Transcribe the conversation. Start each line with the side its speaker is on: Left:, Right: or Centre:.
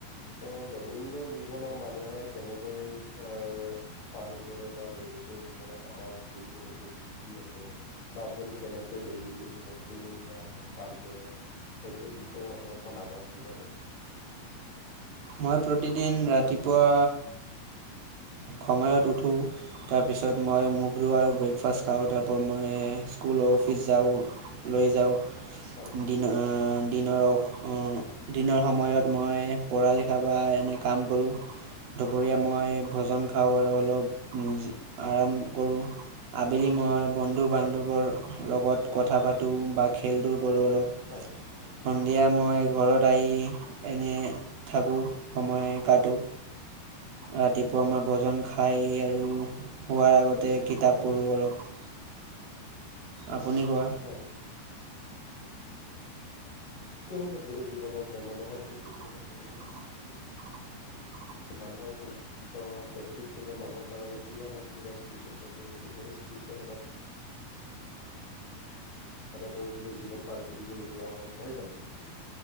Left: ত' দৈনন্দিন জীৱনৰ মানুহে কেনেকৈ আহ পাৰ কৰে বা দৈনন্দিন জীৱনত আমাৰ কৰিবলগীয়া কি কি আছে? বা আপুনি কেনেকৈ দৈনন্দিন জীৱনতটো আহ পাৰ কৰে সেইটোৰ বিষয়ে? য় অলপমান আভাস দিবা নেকি?
Right: মই প্ৰতিদিন ৰাতিপুৱা সময়ত উঠোঁ! তাৰপিছত মই মুখ ধওঁ আৰু ব্ৰেকফাষ্ট খাওঁ তাৰ পৰা মই স্কুল অফিচ যাওঁ!
Left: হয়
Right: লৈ যাওঁ
Left: হয়
Right: দিনৰ দিনৰ দিনৰ সময়ত মই পৰা লিখা বা এনে কাম কৰোঁ দুপৰীয়া
Left: হয়
Right: মই ভোজন খাওঁ আৰু অলপ নিজ আৰাম কৰোঁ! আবেলি মই বন্ধু বান্ধৱৰ লগত
Left: হয়
Right: কথা পাতোঁ বা খেল ধূল কৰোঁ অলপ!
Left: হয়
Right: সন্ধিয়া মই ঘৰত আহি এনে থাকোঁ, সময় কতো, ৰাতিপুৱা মই ভজন খাই আৰু শোৱাৰ আগতে কিতাপ
Left: হয়
Right: পঢ়ো অলপ। আপুনি কোৱা?
Left: হয়। <unintelligible> টো জীৱনত মানুহৰ
Right: <inaudible>
Left: মানুহৰ <unintelligible> ত' প্ৰত্যেক দিনাই মানুহৰ কাৰণে কিবা নহয় কিবা ইচপিছিয়েল থাকে, কিন্তু হেই ইচপিছিয়েল বা <unintelligible> জীৱন পাৰ কৰিব লগীয়া হয়, নহয় জানো?